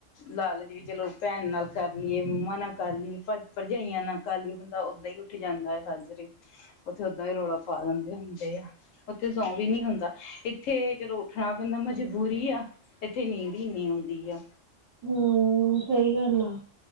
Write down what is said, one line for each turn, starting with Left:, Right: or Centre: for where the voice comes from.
Left: ਲਾਲਚ ਵੀ ਚਲੋ ਭੈਣ ਨਾਲ ਕਰ ਲਈਏ ਮੰਮਾ ਨਾਲ ਕਰ ਲਈਏ ਭਰਜਾਈਆਂ ਨਾ ਕਾਹੀ ਬੰਦਾ ਓਦਾਂ ਹੀ ਉੱਠ ਜਾਂਦਾ ਹੈ <unintelligible> ਉੱਥੇ ਓਦਾਂ ਹੀ ਰੌਲਾ ਪਾ ਦਿੰਦੇ ਹੁੰਦੇ ਆ। ਉੱਥੇ ਸੌਂ ਵੀ ਨੀ ਹੁੰਦਾ ਇੱਥੇ ਚਲੋ ਉੱਠਣਾ ਪੈਂਦਾ ਮਜਬੂਰੀ ਆ। ਇੱਥੇ ਨੀਂਦ ਹੀ ਇੰਨੀ ਆਉਂਦੀ ਆ।
Right: ਹੂੰ, ਸਹੀ ਗੱਲ ਆ।